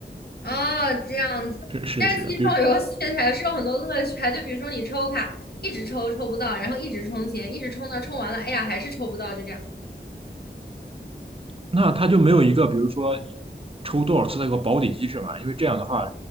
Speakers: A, on the left; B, on the right.
A: 哦，这样子。
B: 是是的，
A: 但是其实这种游戏还是有很多乐趣啊，
B: 是的，比如
A: 就比如说你抽卡，一直抽抽不到，然后一直充钱，一直充到充完了，哎呀，还是抽不到，就这样。
B: 那它就没有一个，比如说你抽多少次的一个保底机制嘛？因为这样的话，